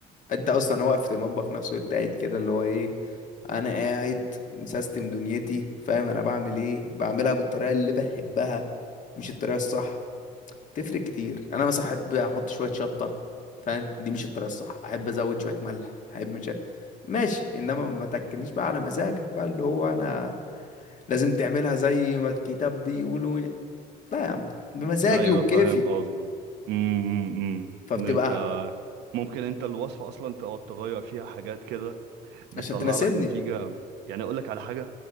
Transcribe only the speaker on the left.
انت اصلا واقف في المطبخ نفسه انت قاعد كده اللي هو ايه انا قاعد مسيستم دنيتي فاهم انا بعمل ايه بعملها بالطريقه اللي بحبها مش الطريقة الصح تفرق كتير يعني انا مثلا احب احط شوية شطة فاهم دي مش الطريقة الصح احب ازود شوية ملح احب مش ماشي انما ما تاكلنيش بقى على مزاجك بقى اللي هو انا لازم تعملها زي ما الكتاب بيقولوا لا يا عم بمزاجي
وبكيفي
فبتبقى
احلى
عشان تناسبني